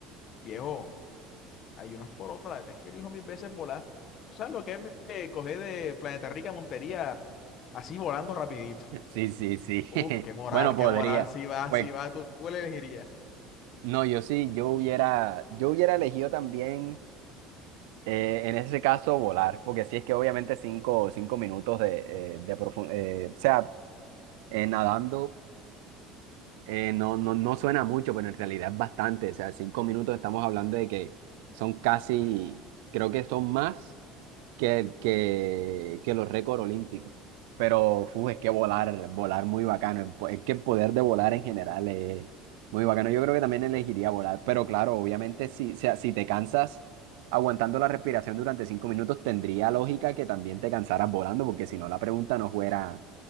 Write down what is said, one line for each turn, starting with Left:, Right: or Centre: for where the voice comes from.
Left: viejo. Hay unas por otras, la verdad es que elijo mil veces volar. ¿Tú sabes lo que es eh, coger de Planeta Rica a Montería así volando rapidito?
Right: Sí, sí, sí.
Left: Uf,
Right: <laughs>
Left: qué moral,
Right: Bueno, podría.
Left: qué moral, si va,
Right: Pues
Left: si va, tú, tú le elegirías.
Right: no, yo sí, yo hubiera, yo hubiera elegido también, eh, en ese caso, volar, porque sí es que obviamente cinco, cinco minutos de, eh, de profundidad, o sea, eh, nadando Eh, no, no, no suena mucho, pero en realidad es bastante. O sea, cinco minutos estamos hablando de que son casi, creo que son más que, que, que los récords olímpicos. Pero fu, es que volar, volar muy bacano. el po- Es que el poder de volar en general es muy bacano. Yo creo que también elegiría volar. Pero claro, obviamente, si, o sea, si te cansas aguantando la respiración durante cinco minutos, tendría lógica que también te cansaras volando, porque si no, la pregunta no fuera,